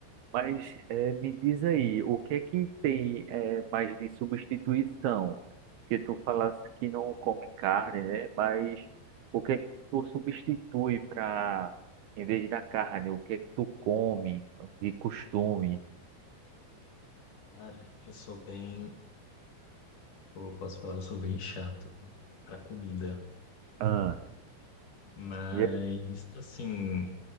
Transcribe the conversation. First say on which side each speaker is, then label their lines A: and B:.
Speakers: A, on the right; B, on the left.
A: Mas eh, me diz aí, o que é que tem eh, mais de substituição? Que tu falasse que não come carne, né? Mas o que é que tu substitui para, em vez da carne, o que é que tu come de costume?
B: Cara, eu sou bem, eu posso falar, eu sou bem chato para comida.
A: Ah,
B: Mas,
A: e é
B: assim,